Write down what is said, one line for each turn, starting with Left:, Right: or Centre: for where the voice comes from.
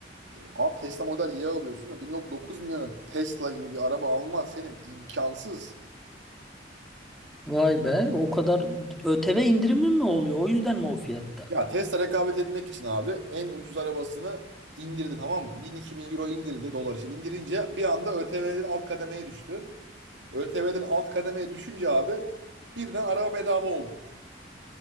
Right: abi Tesla Model Y alıyorsun ve 1.9 milyona Tesla gibi bir araba alman senin imkansız.
Centre: Vay be, o kadar ÖTV indirimi mi oluyor? O yüzden mi o fiyatta?
Right: Ya Tesla rekabet etmek için abi en ucuz arabasını indirdi tamam mı? 1000-2000 euro indirdi dolar işte. İndirince bir anda ÖTV'den alt kademeye düştü. ÖTV'den alt kademeye düşünce abi birden araba bedava oldu.